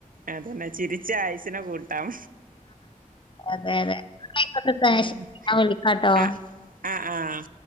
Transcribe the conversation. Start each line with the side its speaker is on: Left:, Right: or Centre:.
Right: അതന്നെ ചിരിച്ച് ആയുസിനെ കൂട്ടാം.
Left: അതെ അതെ ആയിക്കോട്ടെ ട്ടോ
Right: ഉം
Left: ഞാൻ വിളിക്കാട്ടോ
Right: ആഹ്. ആഹ് ആഹ്.